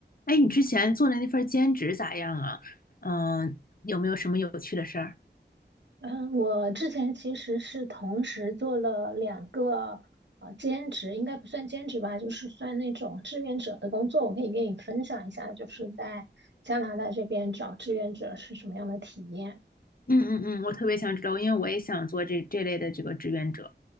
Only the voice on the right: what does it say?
嗯，我之前其实是同时做了两个呃兼职，应该不算兼职吧，就是算那种志愿者的工作。我可以跟你分享一下，就是在加拿大这边找志愿者是什么样的体验。